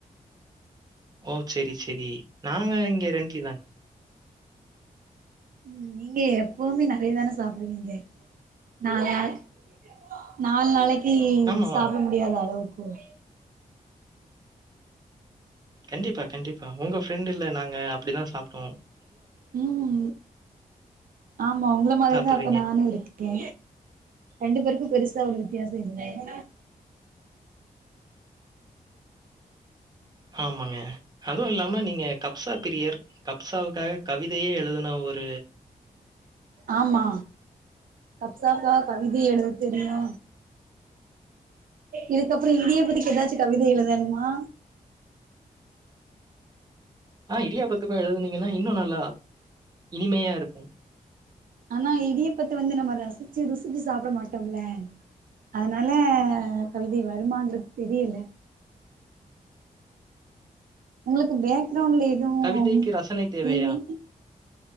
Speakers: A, on the right; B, on the right.
A: ஓ செரி சரி நாங்க இங்க ரெண்டு இட்லி தாங்க
B: உம் நீங்க எப்பவுமே நா அப்டியேதானே சாப்டுவீங்க நாலு நாளைக்கு நாலு நாளைக்கு இ
A: ஆமா.
B: சாப்ட முடியாத அளவுக்கு க்கு
A: கண்டிப்பா கண்டிப்பா ஒங்க ஃப்ரெண்ட்டு ல நாங்க அப்டிதா சாப் ஆ
B: உம் ஆமா ஒங்கள மாரிதா
A: சாப்பிடுறீங்க?
B: அப்ப நானு இருக்கே ரெண்டு பேருக்கு பெருசா எந்த ஒரு வித்தியாசோ இல்லங்க
A: ஆமாங்க அதுவு இல்லாம நீங்க கப்சா பிரியர் கப்சாவுக்காக கவிதையே எழுதுன ஒரு
B: ஆமா கப்சாகா கவிதை எழுத தெரியு இதுக்கப்புறோ இடியாப்பத்துக்கு ஏதாச்சு கவிதை எழுதன்மா
A: ஆ இடியாபத்துக்கு எழுதுனீங்கன்னா இன்னு நல்லா இனிமையா இருக்கு
B: ஆனா இடியப்பத்த வந்து நம்ம ரசிச்சி ருசிச்சி சாப்பிட மாட்டோம்ல்ல அதனால கவிதை வருமாங்ரது தெரியல உங்களுக்கு பேக் க்ரவுன்ட்ல எதுவு
A: கவிதைக்கு ரசனை தேவையா?
B: டிவி